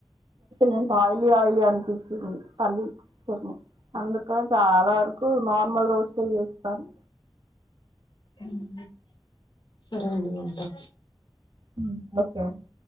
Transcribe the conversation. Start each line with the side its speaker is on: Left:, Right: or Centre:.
Right: నచ్చలే ఆయిలీ ఆయిలీ అనిపించింది పల్లి చట్నీ అందుకే చాలా వరకు నార్మల్ రోస్టే చేస్తాను
Left: హ్మ్ సరే అండి ఉంటా
Right: హ్మ్ ఓకే అండి